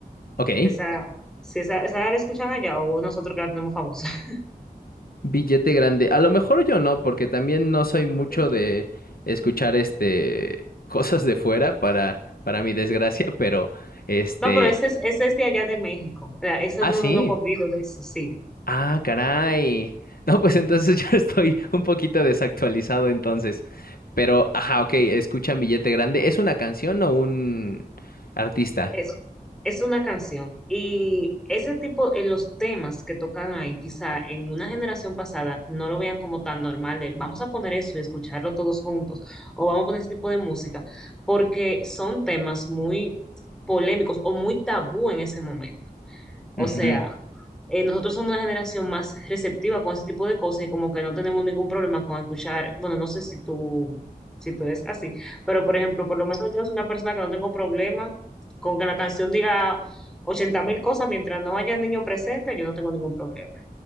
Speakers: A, on the left; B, in the centre.
A: ok,
B: Esa, si esa, esa la escuchan allá o nosotros que la tenemos famosa. <laughs>
A: billete grande. A lo mejor yo no, porque también no soy mucho
B: No,
A: de escuchar este cosas de fuera para, para mi desgracia, pero este...
B: No, pero ese es, ese es de allá de México. O sea, Ese
A: Ah,
B: es uno
A: sí.
B: de unos corridos de eso, sí.
A: Ah, caray. No, pues entonces <laughs> yo estoy un poquito desactualizado entonces. Pero, ajá, ok, escuchan Billete Grande. ¿Es una canción o un artista?
B: Es, es una canción. Y ese tipo, en los temas que tocan ahí, quizá en una generación pasada no lo vean como tan normal de vamos a poner eso y escucharlo todos juntos, o vamos a poner ese tipo de música, porque son temas muy polémicos o muy tabú en ese momento. O
A: Ujú.
B: sea, eh, nosotros somos una generación más receptiva con ese tipo de cosas y como que no tenemos ningún problema con escuchar, bueno, no sé si tú, si tú es así, pero por ejemplo, por lo menos yo soy una persona que no tengo problema con que la canción diga 80 mil cosas mientras no haya niño presente, yo no tengo ningún problema.